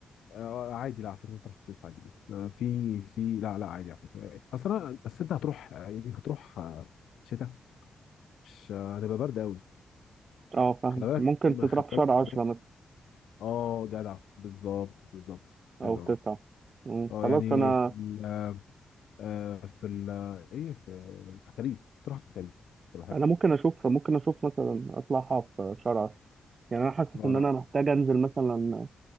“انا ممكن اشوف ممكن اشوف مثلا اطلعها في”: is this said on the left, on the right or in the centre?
Right